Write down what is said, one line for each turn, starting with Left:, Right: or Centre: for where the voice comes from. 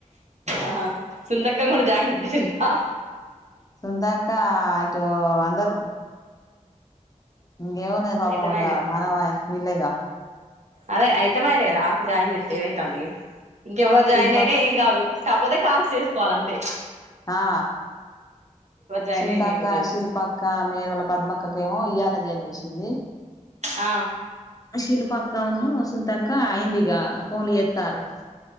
Right: ఆహా సుందక్క కూడా జాయిన్ చేసిండ్రా
Left: సుంతాక్క ఎటో అందరు ఇంగేమున్నది పాపం
Right: అయితమాయలే
Left: ఇగ మనవై వీళ్లేగా
Right: అదే ఐతే మాయేలేరా జాయిన్ చేత్తే ఏమైతంది, ఇంకెవ్వరు
Left: శిల్ప
Right: జాయిన్ అయినా ఏం కాదు, కాపోతే కాల్స్ చేస్ కోలంతే
Left: ఆ
Right: జాయిన్
Left: సుంతాక్క
Right: అయినా ఏమున్నది
Left: శిల్పక్క మేరొల్లా పద్మక్కకేమో ఇయాల నేను జేసి సింది
Right: ఆ
Left: శిల్పక్క ఉన్ను సుంతక్క అయిందిగ ఫోన్లు ఏత్తార్రూ